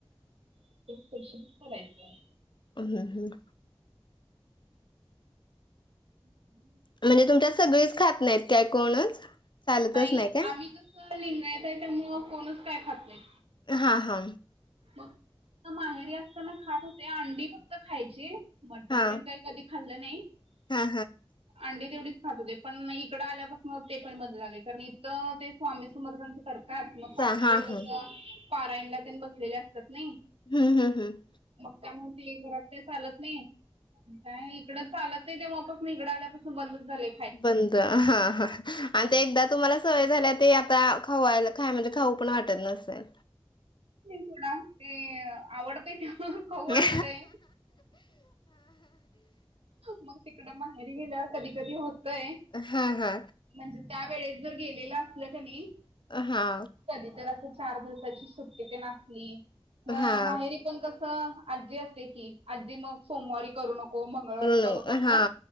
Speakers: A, on the right; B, on the left.
A: खुशीलाय <unintelligible>
B: ह् हम
A: हं <unintelligible>
B: म्हणजे तुमच्यात सगळीच खात नाहीत काय कोणच चालतच
A: नाही
B: काय
A: आम्ही कस लिंगायत येत आहे त्यामुळं कोणच काय खात नाही.
B: हा हा
A: मग माहेरी असताना खात होते अंडी फक्त खायची. मटन
B: हा
A: पण काही कधी खाल्लं नाही.
B: हा
A: अंडी तेवढीच खात होते पण इकडं आल्यापासून ते पण बंद झाले, कारण इथं ते स्वामी समर्थनाच कर तर
B: हा
A: मग सासुबाई
B: हा हा
A: कस पारायणला पण बसलेले असतात नाही.
B: हम् हम् हम्
A: मग त्यामुळे ती घरात ते चालत नाही. काय इकडं चालत नाही तेव्हापासून इकडं आल्यापासून बंदच झाले.
B: बंद ह ह आणि ते एकदा तुम्हाला सवय झाल्या ते आता खावायला खाय म्हणजे खाऊ पण वाटत नसेल.
A: नाही थोडा ते आवडतय त्या खाऊ वाटतय
B: हा
A: मग ते तिकड माहेरी गेल्यावर कधी कधी होतंय
B: हा हा
A: म्हणजे त्या वेळेस जर गेलेलं असलं क नाही
B: हा
A: कधी तर अस चार दिवसाची सुट्टी ते नसली मग
B: हा
A: माहेरी पण कस आजी असते की आजी मग सोमवारी करू नको. हो मंगळवारी करू
B: न
A: नको,
B: हा